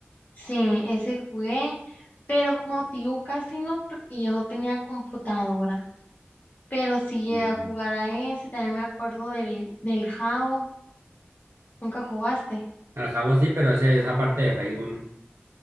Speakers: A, on the left; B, on the right.
A: Sí, ese jugué, pero como te digo, casi no, porque yo no tenía computadora. Pero sí llegué
B: Ujú.
A: a jugar a ese, también me acuerdo del, del Jabo. ¿Nunca jugaste?
B: Al jabo sí, pero ese esa parte de Facebook, ¿no?